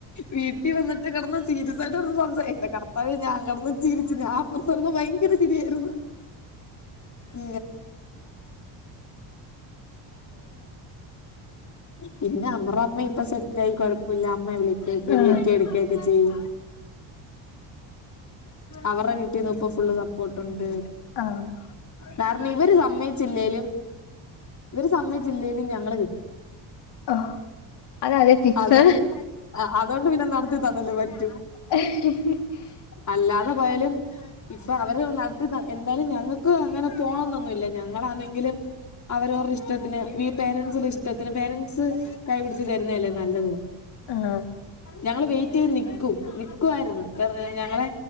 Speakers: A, on the left; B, on the left.
A: വീട്ടിൽ വന്നിട്ട് കിടന്ന് സീരിസായിട്ട് സംസാരി എന്റെ കർത്താവേ ഞാൻ കിടന്ന് ചിരിച്ച് ഞാൻ അപ്പുറത്ത് കിടന്നു ഭയങ്കര ചിരി ആയിരുന്നു <unintelligible> <unintelligible> പിന്നെ അവറമ്മ ഇപ്പൊ സെറ്റ് ആയി കൊഴപ്പില്ല അമ്മ വിളി വിളക്കെയും
B: ആഹ് ആഹ്
A: എടുക്കുവൊക്കെ ചെയ്യും അവർടെ വീട്ടീന്ന് ഇപ്പൊ ഫുള്ള് സപ്പോർട്ടുണ്ട്
B: ആഹ്
A: കാരണം ഇവര് സമ്മതിച്ചില്ലേലും ഇവര് സമ്മതിച്ചില്ലേലും ഞങ്ങള് കെട്ടും
B: ഓ അത് ആണെ ഫിക്സാ
A: അതുകൊണ്ട് ആഹ് അതുകൊണ്ട് പിന്നെ നടത്തി തന്നല്ലേ പറ്റു
B: <unintelligible>
A: അല്ലാതെ പോയാലും ഇപ്പൊ അവര് നടത്തിത എന്തായാലും ഞങ്ങൾക്ക് അങ്ങനെ പോണംന്നൊന്നുല്യ ഞങ്ങളാണെങ്കിലും അവരവരുടെ ഇഷ്ടത്തിന് ഈ പേരൻസിന്റെ ഇഷ്ടത്തിന് പേരൻസ് കൈപിടിച്ച് തരുന്നതല്ലെ നല്ലത്.
B: ആഹ്
A: ഞങ്ങള് വെയിറ്റ് ചെയ്ത് നിക്കും നിക്കുവായിരുന്നു. ഞങ്ങളെ